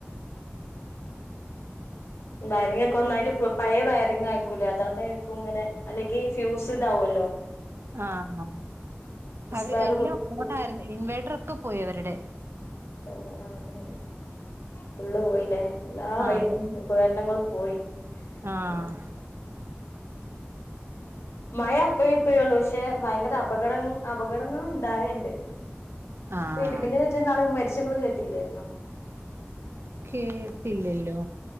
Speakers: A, on the left; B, on the right.
A: വയറിങ്ങ് ഒക്കെ ഒന്നായിട്ട് പഴയ വയറിങ് ആയിരിക്കൂല്ലേ അതൊണ്ടാരിക്കും ഇങ്ങനെ അല്ലെങ്കി ഫ്യൂസ് ഇതാവോല്ലോ
B: ആഹ് അവര്
A: വയറ്
B: എല്ലാം
A: പൊട്ടി
B: ഓണായിരുന്നു ഇൻവേർട്ടർ ഒക്കെ പോയി അവരുടെ
A: തന്നെ ആഹ് ആഹ് ഫുള്ള് പോയില്ലേ എല്ലാ
B: ആഹ് എ
A: ഉപകരണങ്ങളും പോയി
B: ആഹ്
A: ഉം മഴ അപ്പേ ഇപ്പയേ ഉള്ളു പക്ഷെ ഭയങ്കര അപകട അപകടങ്ങൾ ഉണ്ടാവേണ്ട്
B: ആഹ്
A: പ്പ ഇടിമിന്നലേറ്റ് ന്നാള് മരിച്ച ങ്ങള് കേട്ടീല്ലാരുന്നോ
B: കേട്ടില്ലല്ലോ